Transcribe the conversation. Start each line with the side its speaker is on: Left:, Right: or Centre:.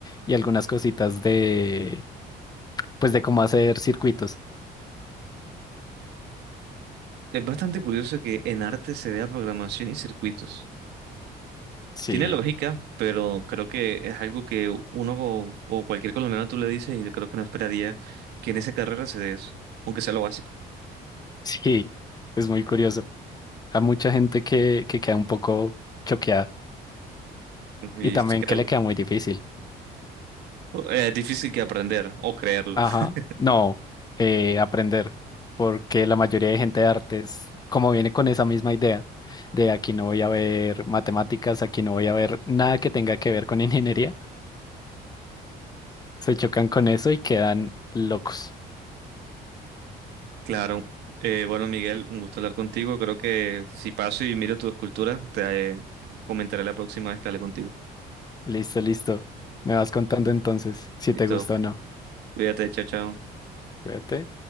Left: y algunas cositas de, pues de cómo hacer circuitos.
Right: Es bastante curioso que en arte se vea programación y circuitos.
Left: Sí,
Right: Tiene lógica, pero creo que es algo que uno o, o cualquier colombiano tú le dices y creo que no esperaría que en esa carrera se dé eso, aunque sea lo básico.
Left: <laughs> sí, es muy curioso. Hay mucha gente que, que queda un poco choqueada
Right: Y
Left: y también
Right: sí creo
Left: que le queda muy difícil.
Right: eh, es difícil que aprender o creerlo.
Left: Ajá,
Right: <laughs>
Left: no, eh, aprender, porque la mayoría de gente de artes, como viene con esa misma idea, de aquí no voy a ver matemáticas, aquí no voy a ver nada que tenga que ver con <laughs> ingeniería, se chocan con eso y quedan locos.
Right: Claro. Eh, bueno, Miguel, un gusto hablar contigo. Creo que si paso y miro tu escultura, te eh, comentaré la próxima vez que hable contigo.
Left: Listo, listo. Me vas contando entonces si
Right: Listo.
Left: te gusta o no.
Right: Cuídate, chao, chao.
Left: Cuídate.